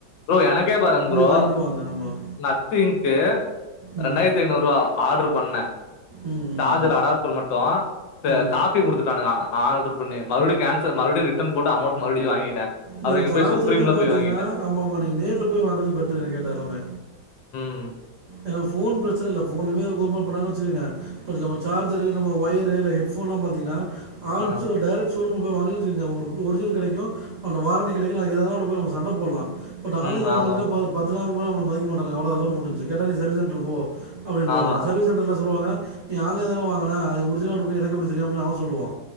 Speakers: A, on the left (about 70°); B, on the right (about 50°).
A: ப்ரோ எனக்கே பாருங்க ப்ரோ
B: வாங்கிக்குவாங்க ஆமாம்
A: நத்திங்க்கு
B: ம்
A: ரெண்டாயிரத்தய்னூருவா ஆட்ரு பண்ணே
B: ம் ம்
A: சார்ஜர்
B: ம்
A: அடாப்டர் மட்டு த
B: ம்
A: காப்பி குடுத்துட்டானுங்கா ஆட்ரு பண்ணி மறுபுடி கேன்சல் மறுபுடி ரிட்டன் போட்டு அமௌண்ட் மறுபுடி வாங்கிட்டே அப்புறோ
B: நீங்க
A: இங்க
B: சார்ஜர்லாம்
A: போய் சுப்ரீம்ல
B: பாத்திங்கனா
A: போய் வாங்கிட்டே
B: ஆமா ஆமா நீங்க நேர்ல போய் வாங்குறது பெட்ரு என்ன கேட்டாலுமே
A: ம்
B: எனக்கு ஃபோன் பிரச்சன இல்ல ஃபோனுமே <unintelligible> வச்சுக்கங்க <unintelligible> நம்ம சார்ஜரு நம்ம ஒயரு இல்ல ஹெட்ஃபோன்லா பாத்திங்கனா ஆன்
A: ஆ
B: ஷோ டரெக்க்ஷ துருபு போய் வாங்கி வச்சிக்கங்க ஒங்களுக்கு ஒரிஜினல் கெடைக்கு அவண்ட வாரண்டி கெடைக்கு நாளைக்கு எதாவது ஒன்னு போய் நம்ப சண்ட போல்லா பட்
A: ம்
B: ஆன்லைன்ல
A: ஆமா
B: வாங்கறதுனா பா பாத் எதிராளி பூரா நம்பள மதிக்க மாட்டானுக அவ்ளோதா அதோட முடிஞ்சு கேட்டா நீ சர்வீஸ் சென்டரு போ அப்டின்றுவானுங்க
A: ஆமா
B: சர்வீஸ் சென்டர்ல சொல்லுவாங்க நீ ஆன்லைன்ல தான வாங்கன அது ஒரிஜினலா டூப்ளிகேட்டா எனக்கு எப்படி தெரியு அப்டினு அவ சொல்லுவா